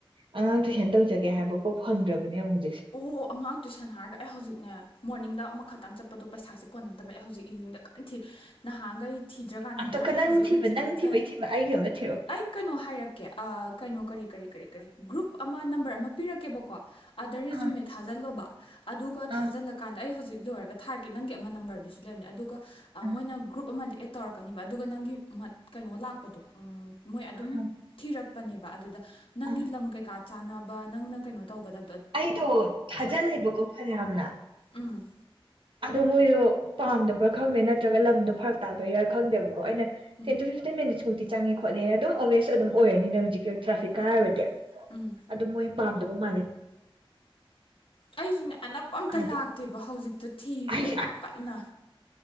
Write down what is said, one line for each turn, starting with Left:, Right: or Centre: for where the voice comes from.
Right: ꯑꯉꯥꯡ ꯇꯨꯏꯁꯟ ꯇꯧꯖꯒꯦ ꯍꯥꯏꯕꯐꯥꯎ ꯐꯪꯗ꯭ꯔꯕꯅꯦ ꯑꯃꯨꯛꯛꯇ
Left: ꯑꯣꯍꯣ ꯑꯉꯥꯡ ꯇꯨꯏꯁꯟ ꯍꯥꯏꯔꯒ ꯑꯩ ꯍꯧꯖꯤꯛꯅꯦ ꯃꯣꯔꯅꯤꯡꯗ ꯑꯃꯈꯛꯇꯪ ꯆꯠꯄꯗꯣ ꯄꯩꯁꯥꯁꯦ ꯀꯣꯟꯅꯗꯕ ꯑꯩ ꯍꯧꯖꯤꯛ ꯏꯚꯅꯤꯡꯗ ꯀꯟꯅ ꯊꯤ ꯅꯍꯥꯟꯈꯩ ꯊꯤꯗ꯭ꯔꯀꯥꯟꯗꯅ
Right: ꯑꯝꯇꯀ
Left: ꯂꯥꯛꯑꯦ
Right: ꯅꯪ
Left: ꯍꯧꯖꯤꯛꯅ
Right: ꯊꯤꯕ ꯅꯪ ꯊꯤꯕꯩ
Left: ꯕꯠ
Right: ꯊꯤꯕ ꯑꯩꯒꯤ ꯑꯝꯇ ꯊꯤꯔꯛꯑꯣ
Left: ꯑꯩ ꯀꯩꯅꯣ ꯍꯥꯏꯔꯛꯀꯦ ꯀꯩꯅꯣ ꯀꯔꯤ ꯀꯔꯤ ꯀꯔꯤ ꯀꯔꯤ ꯒ꯭ꯔꯨꯞ ꯑꯃ ꯅꯝꯕꯔ ꯑꯃ ꯄꯤꯔꯛꯀꯦꯕꯀꯣ ꯗ ꯦꯖꯨꯃꯦ
Right: ꯑꯥ
Left: ꯊꯥꯖꯤꯜꯂꯣꯕ ꯑꯗꯨꯒ
Right: ꯑꯥ
Left: ꯊꯥꯖꯤꯜꯂꯀꯥꯟꯗ ꯑꯩ ꯍꯧꯖꯤꯛ ꯂꯣꯏꯔꯒ ꯊꯥꯔꯛꯀꯦ ꯅꯪꯒꯤ ꯑꯃ ꯅꯝꯕꯔꯗꯨꯁꯨ ꯂꯩꯕꯅꯦ ꯑꯗꯨꯒ
Right: ꯑꯥ
Left: ꯃꯣꯏꯅ ꯒ꯭ꯔꯨꯞ ꯑꯃ ꯇꯧꯔꯛꯀꯅꯦꯕ ꯑꯗꯨꯒ ꯅꯪꯒꯤ ꯃ ꯀꯩꯅꯣ ꯂꯥꯛꯄꯗꯣ ꯃꯣꯏ ꯑꯗꯨꯝ
Right: ꯑꯥ
Left: ꯊꯤꯔꯛ ꯀꯛꯄꯅꯦꯕ ꯑꯗꯨꯗ ꯅꯪꯤ
Right: ꯑꯥ
Left: ꯂꯝ ꯑꯃ ꯀꯦ ꯀꯥꯇ ꯆꯥꯟꯅꯕ ꯅꯪꯅ ꯀꯩꯅꯣ ꯇꯧꯒꯗꯕ
Right: ꯑꯩꯗꯣ ꯊꯥꯖꯤꯜꯂꯦꯕꯀꯣ ꯐꯅꯌꯥꯝꯅ
Left: ꯎꯝ
Right: ꯑꯗꯣ ꯃꯣꯏꯗꯣ ꯄꯥꯝꯗꯕ꯭ꯔꯥ ꯈꯪꯗꯦ ꯅꯠꯇ꯭ꯔꯒ ꯂꯝꯗꯣ ꯐꯔꯛ ꯇꯥꯕꯩꯔꯥ ꯈꯪꯗꯦꯕꯀꯣ ꯑꯩꯅ
Left: ꯎꯝ
Right: ꯇ ꯇ ꯐ ꯍꯧꯖꯤꯛꯇꯤ ꯆꯪꯉꯦ ꯈꯣꯠꯂꯦ ꯑꯗꯨꯝ ꯑꯣꯕꯕꯤꯌꯁ ꯑꯗꯨꯝ ꯑꯣꯏꯔꯅꯤ ꯍꯧꯖꯤꯛ ꯇ꯭ꯔꯥꯐꯤꯛꯀ
Left: ꯎꯝ
Right: ꯍꯥꯏꯕꯗꯤ
Left: ꯎꯝ ꯎꯝ
Right: ꯑꯗꯨ ꯃꯣꯏ ꯄꯥꯝꯗꯕ ꯃꯥꯂꯛ
Left: ꯑꯩꯁꯨꯅꯦ ꯑꯅꯛꯄ ꯑꯝꯇ
Right: ꯍꯥꯏꯗꯤ
Left: ꯂꯥꯛꯇꯦꯕ ꯍꯧꯖꯤꯛꯇ ꯊꯤꯔꯤꯕꯅꯦꯕ
Right: ꯑꯩ
Left: ꯀꯟꯅ